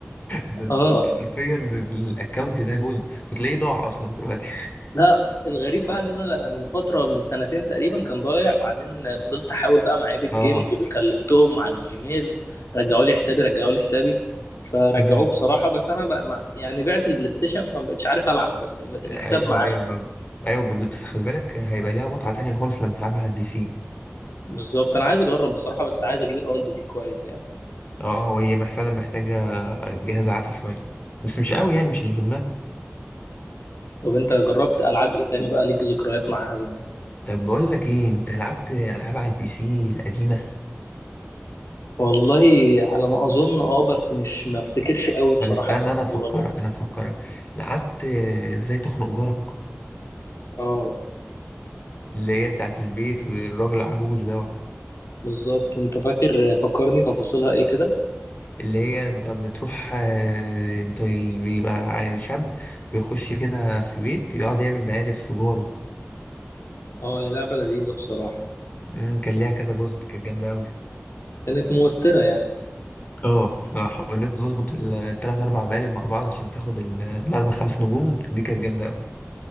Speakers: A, on the left (about 35°); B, on the left (about 80°).
A: ده
B: اه
A: ده حرفيا الأكونت ده جولد وتلاقيه ضاع أصلا دلوقتي
B: لا الغريب بقى ان انا من فتره من سنتين تقريبا كان ضايع بعدين فضلت احاول بقى مع ايبك جيمز
A: اه
B: وكلمتهم على الجيميل رجعوا لي حسابي رجعوا لي حسابي فرجعوه
A: امم
B: بصراحه بس انا بقى ما يعني بعت البلاي ستيشن فما بقتش عارف العب بس الحساب
A: ايوه
B: معايا
A: ايوه ما- ايوه بس خلي بالك هيبقى ليها متعه تانية خالص لما تلعبها على البي سي
B: بالظبط انا عايز اجرب بصراحه بس عايز اجيب الاول بي سي كويس يعني
A: اه وهي مح- فعلا محتاجه جهاز عافي شويه بس مش قوي يعني مش اللي في دماغك
B: طب انت جربت العاب ايه تاني بقى ليك ذكريات معاها زمان
A: طب بقول لك ايه انت لعبت العاب على البي سي القديمه
B: والله على ما اظن اه بس مش ما افتكرش قوي بصراحه
A: طب استنى
B: كنت
A: انا افكرك
B: صغير
A: انا افكرك لعبت ازاي تخنق جارك
B: اه
A: اللي هي بتاعت البيت والراجل العجوز دوت
B: بالظبط انت فاكر فكرني تفاصيلها ايه كده
A: اللي هي انت بتروح آه، انت اللي بيبقى عيل شاب بيخش كده في بيت يقعد يعمل مقالب في جاره
B: اه هي لعبه لذيذه بصراحه
A: مم، كان ليها كذا جزء كانت جامدة أوي
B: كانت موتره يعني
A: اه بصراحة وإن أنت تظبط ال- التلات أربع مقالب مع بعض عشان تاخد ال- الأربع خمس نجوم دي كانت جامدة أوي